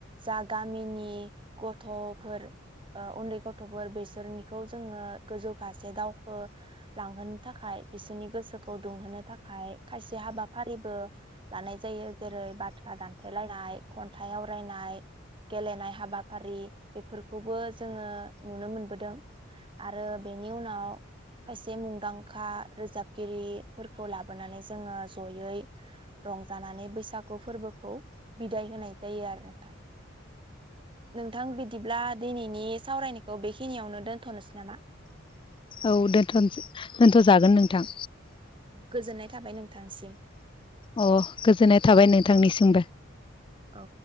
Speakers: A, on the right (about 25°); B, on the left (about 25°).
A: जा गामिनि गथफोर उन्दै गथफोर बेसोरनिखौ जोङो गोजौ फारसे दावखो लांहोनो थाखाय बिसोरनि गोसोखौ दुंहोनो थाखाय खायसे हाबाफारिबो लानाय जायो जेरै बाथ्रा दानथेलायनाय खन्थाइ आवरायनाय गेलेनाय हाबाफारि बेफोरखौबो जोङो नुनो मोनबोदों आरो बेनि उनाव खाय से मुंदांखा रोजाबगिरिफोरखौ लाबोनानै जोङो जयै रंजानानै बैसागु फोरबोखौ बिदाय होनाय जायो आरो नोंथां नोंथां बिदिब्ला दिनैनि सावरायनायखौ बेखिनियावनो दोन्थनोसै नामा
B: औ दोनथनो दोनथजागोन नोंथां
A: गोजोननाय थाबाय नोंथांसिम
B: अ गोजोननाय थाबाय नोंथांनिसिमबो
A: औ